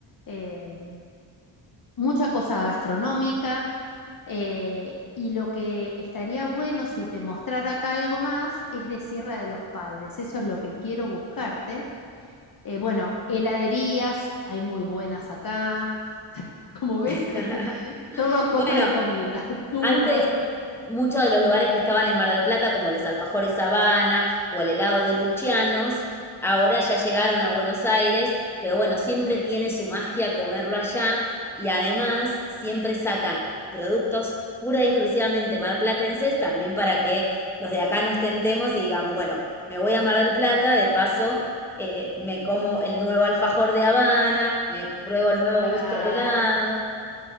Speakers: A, on the left; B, in the centre.
A: eh, mucha cosa gastronómica. eh, y lo que estaría bueno si te mostrara acá algo más es de Sierra de los Padres. Eso es lo que quiero buscarte. Eh, bueno, heladerías, hay muy buenas acá. Como ves,
B: <laughs>
A: <laughs> todo cosa
B: Bueno,
A: de comida, <laughs> churros,
B: antes muchos de los lugares que estaban en Mar del Plata, como los alfajores Habana o el helado de Lucianos, ahora ya llegaron a Buenos Aires, pero bueno, siempre tiene su magia comerlo allá y además siempre sacan productos pura y exclusivamente marplatenses también para que los de acá nos tentemos y digamos, bueno, me voy a Mar del Plata, de paso eh, me como el nuevo alfajor de Habana, me pruebo el nuevo
A: claro.
B: gusto de helado,